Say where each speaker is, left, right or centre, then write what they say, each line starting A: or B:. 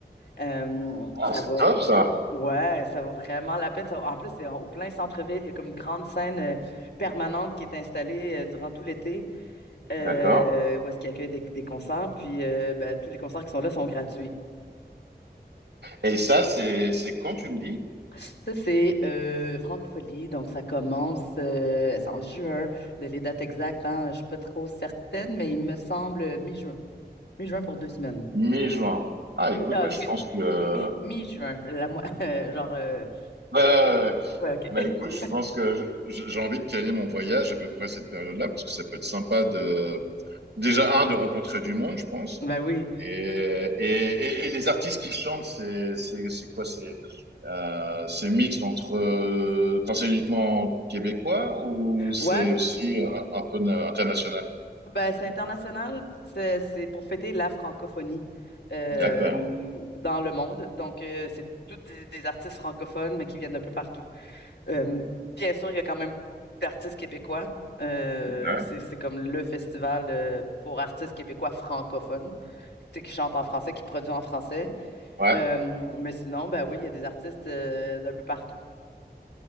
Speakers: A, on the left; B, on the right.
A: Euh,
B: Ah,
A: ça
B: c'est
A: va.
B: top ça.
A: Ouais, ça vaut vraiment la peine. Ça- en plus, c'est en- au plein centre-ville. Il y a comme une grande scène euh, permanente qui est installée euh, durant tout l'été euh,
B: D'accord.
A: où est-ce qu'il accueille des, des concerts. Puis euh, ben, tous les concerts qui sont là sont gratuits.
B: Et ça, c'est, c'est quand tu me dis?
A: Ça, c'est euh, Francophonie, donc ça commence euh, c'est en juin. Le- les dates exactes, hein, je ne suis pas trop certaine, mais il me semble euh, mi-juin. Mi-juin pour deux semaines.
B: Mi-juin. Ah,
A: Mi-
B: écoute,
A: ah,
B: bah,
A: excuse,
B: je pense que. Ouais,
A: mi, mi-juin, la, mo- <laughs> genre... euh,
B: ouais, ouais.
A: partir-
B: ouais.
A: ouais, OK.
B: Bah, écoute, je
A: <laughs>
B: pense que je- je- j'ai envie de caler mon voyage à peu près à cette période-là, parce que ça peut être sympa de. Déjà, un, de rencontrer du monde, je pense.
A: Ben oui.
B: Et, et, et- et les artistes qui chantent, c'est c'est- c'est quoi? C'est euh, c'est mixte entre. euh, Enfin, c'est uniquement québécois ou c'est
A: Ouais,
B: aussi un, un peu na- international?
A: Ben, c'est international, c'est c'est pour fêter la francophonie euh,
B: D'accord.
A: dans le monde. Donc, euh, c'est tous des, des artistes francophones, mais qui viennent d'un peu partout. Euh, bien sûr, il y a quand même beaucoup d'artistes québécois. Euh,
B: Ouais.
A: c'est c'est comme le festival euh, pour artistes québécois francophones, tu sais, qui chantent en français, qui produisent en français.
B: Ouais.
A: Euh, mais sinon, ben oui, il y a des artistes euh, d'un peu partout.